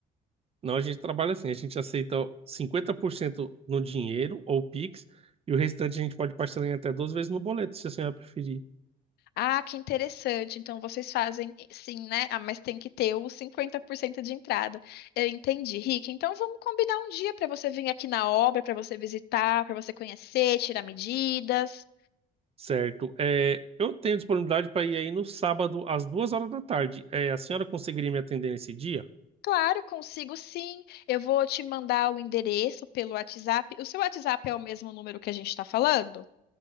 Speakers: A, on the right; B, on the left.
A: Não, a gente trabalha assim, a gente aceita 50% no dinheiro ou Pix, e o restante a gente pode parcelar em até 12 vezes no boleto, se a senhora preferir.
B: Ah, que interessante. Então vocês fazem sim, né? Ah, mas tem que ter os 50% de entrada. Eu entendi, Rick. Então vamos combinar um dia para você vir aqui na obra, para você visitar, para você conhecer, tirar medidas.
A: Certo. É, eu tenho disponibilidade para ir aí no sábado, às duas horas da tarde. É, a senhora conseguiria me atender nesse dia?
B: Claro, consigo sim. Eu vou te mandar o endereço pelo WhatsApp. O seu WhatsApp é o mesmo número que a gente está falando?